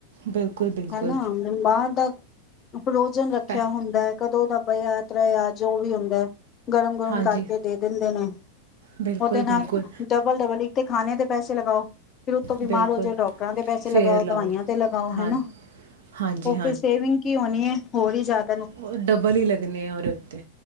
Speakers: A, on the right; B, on the left.
A: ਬਿਲਕੁਲ ਬਿਲਕੁਲ
B: ਹਨਾ ਮੈਂ ਬਾਹਰ ਦਾ ਫ੍ਰੋਜਨ ਰੱਖਿਆ
A: ਪੈ
B: ਹੁੰਦਾ ਹੈ ਕਦੋਂ ਦਾ ਬਯਾਂ ਤ੍ਰਯਾ ਜੋ ਵੀ ਹੁੰਦਾ ਗਰਮ ਗਰਮ
A: ਹਾਂਜੀ
B: ਕਰਕੇ ਦੇ ਦਿੰਦੇ ਨੇ
A: ਬਿਲਕੁਲ
B: ਉਹਦੇ ਨਾਲ
A: ਬਿਲਕੁਲ
B: ਡਬਲ ਡਬਲ ਇੱਕ ਤੇ ਖਾਣੇ ਦੇ ਪੈਸੇ ਲਗਾਓ ਫਿਰ ਉਤੋਂ ਬਿਮਾਰ
A: ਬਿਲਕੁਲ
B: ਹੋ ਜਾਓ ਡਾਕਟਰਾਂ ਦੇ ਪੈਸੇ ਲਗਾਓ
A: ਫੇਰ ਲਾਓ
B: ਦਵਾਈਆਂ ਤੇ ਲਗਾਓ
A: ਹਾਂ
B: ਹਨਾ।
A: ਹਾਂਜੀ
B: ਓ ਫੇਰ ਸੇਵਿੰਗ ਕੀ ਹੋਣੀ ਏ ਹੋਰ ਹੀ ਜਾ ਕੇ
A: ਉਹ ਡਬਲ ਹੀ ਲੱਗਣੇ ਆ ਉਹਦੇ ਉੱਤੇ